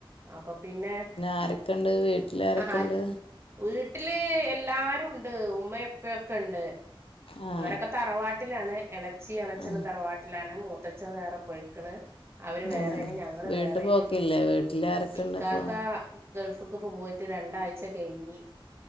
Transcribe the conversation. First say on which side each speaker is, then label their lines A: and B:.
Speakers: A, on the right; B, on the left.
A: അപ്പൊ പിന്നെ
B: ആരൊക്കെണ്ട് വീട്ടിൽ ആരൊക്കെണ്ട്
A: ആ വീട്ടില് എല്ലാരുണ്ട് ഉമ്മപ്പയൊക്കെ ഇണ്ട്
B: ആ
A: ഓരൊക്കെ തറവാട്ടിലാണ് എളച്ചി എളച്ചന്
B: ആ
A: തറവാട്ടിലാണ് മൂത്തച്ൻ വേറെ പോഴി ക്ക്ണ് അവര് വേറെണ്
B: ഉം
A: ഞങ്ങള്
B: വീട്ട്
A: വേറെണ്
B: പോക്കില്ലേ വീട്ടിൽ ആരൊക്കെണ്ട്
A: ഇ കാക്ക
B: ഇപ്പോ
A: ഗൾഫ് ക്ക് ഇപ്പോ പോയിട്ട് രണ്ടാഴ്ച കഴിഞ്ഞി